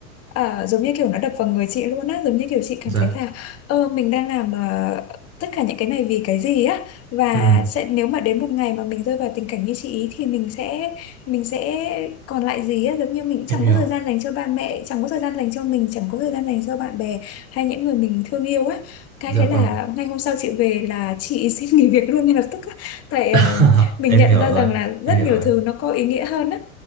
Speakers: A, on the left (about 35°); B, on the right (about 70°).
A: à, giống như kiểu nó đập vào người chị luôn á giống như kiểu chị
B: dạ
A: cảm thấy là ơ mình đang làm ờ, tất cả những cái này vì cái gì á và
B: ừ
A: sẽ nếu mà đến một ngày mà mình rơi vào tình cảnh như chị ý thì mình sẽ mình sẽ còn lại gì á giống như mình
B: em
A: chẳng
B: hiểu
A: có thời gian dành cho ba mẹ chẳng có thời gian dành cho mình chẳng có thời gian dành cho bạn bè hay những người mình thương yêu á cái
B: dạ
A: thế là
B: vâng
A: ngay hôm sau chị về là chị <laughs> xin nghỉ việc luôn ngay lập tức á. Tại
B: <laughs>
A: ờ, mình
B: em
A: nhận
B: hiểu
A: ra
B: rồi
A: rằng là
B: em
A: rất
B: hiểu
A: nhiều
B: rồi
A: thứ nó có ý nghĩa hơn á.